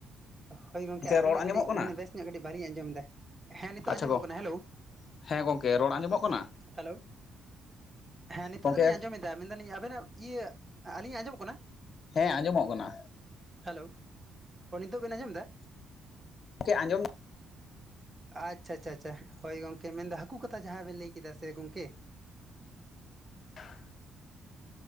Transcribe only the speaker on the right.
ᱦᱳᱭ ᱜᱚᱝᱠᱮ ᱟᱵᱮᱱᱟᱜ
ᱠᱟᱹᱴᱤᱡ
ᱢᱟᱱᱮ ᱵᱮᱥ ᱧᱚᱜ ᱠᱟᱹᱴᱤᱡ ᱵᱟᱝᱞᱤᱧ ᱟᱸᱡᱚᱢ ᱮᱫᱟ ᱦᱮᱸ ᱱᱤᱛᱚᱜ
ᱟᱸᱡᱚᱢᱚᱜ
ᱠᱟᱱᱟ ᱦᱮᱞᱳ
ᱦᱮᱞᱳ ᱦᱮᱸ ᱱᱤᱛᱚᱜ
ᱫᱚᱞᱤᱧ ᱟᱸᱡᱚᱢᱮᱫᱟ ᱢᱮᱱᱫᱟᱞᱤᱧ ᱟᱵᱮᱱᱟᱜ ᱤᱭᱟᱹ ᱟᱹᱞᱤᱧᱟᱜ ᱟᱸᱡᱚᱢᱚᱜ ᱠᱟᱱᱟ
ᱦᱮᱞᱳ ᱱᱤᱛᱚᱜ ᱵᱮᱱ ᱟᱡᱚᱢ ᱮᱫᱟ
ᱟᱪᱪᱷᱟ ᱟᱪᱪᱷᱟ ᱟᱪᱪᱷᱟ ᱦᱳᱭ ᱜᱚᱝᱠᱮ ᱢᱮᱱ ᱮ ᱦᱟᱹᱠᱩ ᱠᱟᱛᱷᱟ ᱡᱟᱦᱟᱸ ᱵᱮᱱ ᱞᱟᱹᱭ ᱠᱮᱫᱟ ᱥᱮ ᱜᱚᱝᱠᱮ